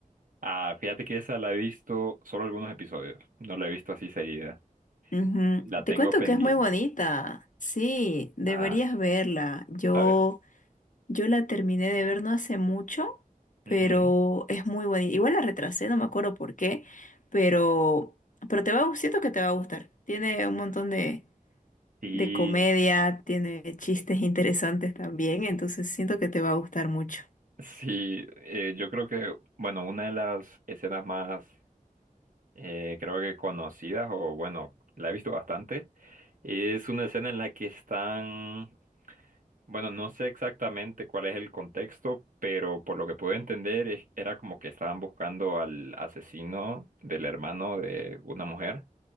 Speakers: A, on the right; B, on the left.
A: Ah, fíjate que esa la he visto solo algunos episodios. No la he visto así seguida.
B: Ujú.
A: La
B: Te
A: tengo
B: cuento
A: pendiente.
B: que es muy bonita. Sí, deberías
A: Ah,
B: verla. Yo,
A: a ver.
B: yo la terminé de ver no hace mucho, pero
A: Ujú.
B: es muy bonita. Igual la retrasé, no me acuerdo por qué, pero, pero te va, a gu- siento que te va a gustar. Tiene un montón de,
A: Sí,
B: de comedia, tiene chistes interesantes también, entonces siento que te va a gustar mucho.
A: sí, eh, yo creo que, bueno, una de las escenas más, eh, creo que conocidas, o bueno, la he visto bastante, es una escena en la que están, bueno, no sé exactamente cuál es el contexto, pero por lo que pude entender, es- era como que estaban buscando al asesino del hermano de una mujer.